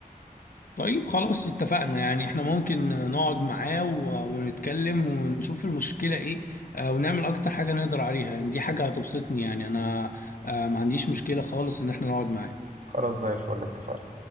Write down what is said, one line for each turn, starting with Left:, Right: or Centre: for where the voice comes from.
Left: طيب خلاص اتفقنا يعني احنا ممكن نقعد معاه و- ونتكلم ونشوف المشكله ايه آه، ونعمل اكتر حاجه نقدر عليها يعني دي حاجه هتبسطني يعني انا آه، ما عنديش مشكله خالص ان احنا نقعد معاه
Right: خلاص زي الفل اتفقنا